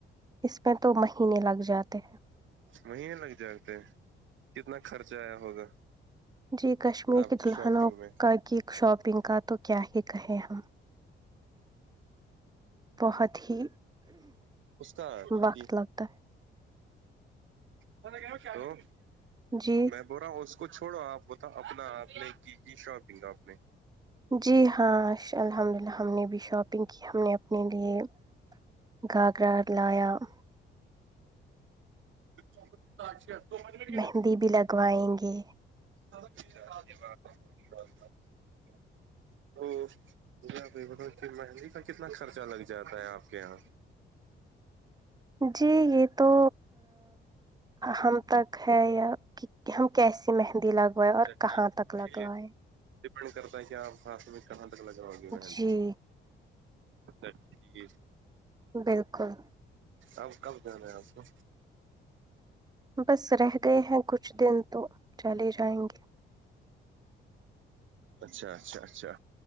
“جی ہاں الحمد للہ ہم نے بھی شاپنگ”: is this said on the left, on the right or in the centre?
Right